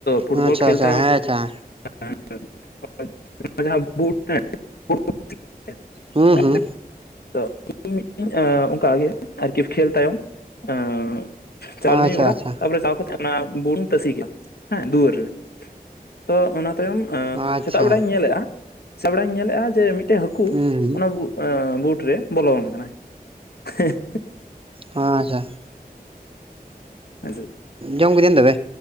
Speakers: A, on the left; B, on the right.
A: ᱯᱷᱩᱴᱵᱚᱞ
B: ᱦᱟᱸ, ᱟᱪᱪᱷᱟ
A: ᱠᱷᱮᱞ
B: ᱟᱪᱪᱷᱟ
A: ᱛᱟᱭᱚᱢ
B: ᱦᱮᱸ ᱟᱪᱷᱟ ᱾
A: <unintelligible> ᱡᱟᱦᱟᱸ <unintelligible> <unintelligible>
B: ᱦᱩᱸ ᱦᱩᱸ
A: ᱤᱧ ᱢᱤᱫ ᱟᱸ ᱠᱟ ᱜᱮ ᱟᱨ ᱟᱨᱠᱤᱴ ᱠᱷᱮᱞ ᱛᱟᱭᱚᱢ ᱦᱟᱸ ᱪᱟᱞᱟᱣ
B: ᱟᱪᱪᱷᱟ
A: ᱤᱧ ᱚᱲᱟᱜ
B: ᱟᱪᱪᱷᱟ
A: ᱛᱟᱯᱚᱨᱮ ᱪᱟᱞᱟᱣ ᱠᱟᱛᱮ ᱚᱱᱟ ᱵᱩᱱ ᱛᱟᱹᱥᱤ ᱠᱮᱭᱟ ᱦᱮᱸ ᱫᱩᱣᱟᱹᱨ ᱨᱮ, ᱛᱚ ᱚᱱᱟ ᱛᱟᱭᱚᱢ ᱟᱸ
B: ᱟᱪᱪᱷᱟ
A: ᱥᱮᱛᱟᱜ ᱵᱮᱲᱟᱧ ᱧᱮᱞᱮᱫ-ᱟ ᱥᱮᱛᱟᱜ ᱵᱮᱲᱟᱧ ᱧᱮᱞᱮᱜ-ᱟ ᱡᱮ ᱢᱤᱫᱴᱮᱡ ᱦᱟᱹᱠᱩ
B: ᱦᱩᱸ ᱦᱩᱸ
A: ᱚᱱᱟ ᱵᱩᱜ ᱟᱸ ᱵᱩᱴ ᱨᱮ ᱵᱚᱞᱚᱱ ᱠᱟᱱᱟᱭ <unintelligible>
B: ᱟᱸᱪᱷᱟ ᱾
A: ᱦᱮᱥᱮ ᱾
B: ᱡᱚᱢ <unintelligible> ᱛᱚᱵᱮ